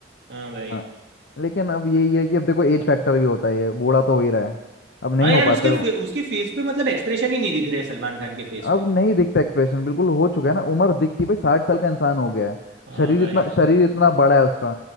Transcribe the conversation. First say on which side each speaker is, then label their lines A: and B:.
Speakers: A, on the right (about 65°); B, on the left (about 65°).
A: हाँ भाई
B: हाँ लेकिन अब यही है कि अब देखो एज फैक्टर भी होता है ये बूढ़ा तो हो ही रहा है अब नहीं
A: हाँ यार
B: हो पाता
A: उसके
B: है
A: फे,
B: वो
A: उसके फेस पे मतलब एक्सप्रेशन ही नहीं दिख रहे सलमान खान के फेस
B: अब
A: पे
B: नहीं दिखता एक्सप्रेशन बिल्कुल हो चुका है ना उम्र दिखती भाई साठ साल का इंसान हो गया है
A: हाँ
B: शरीर
A: भाई
B: इतना शरीर इतना बड़ा है उसका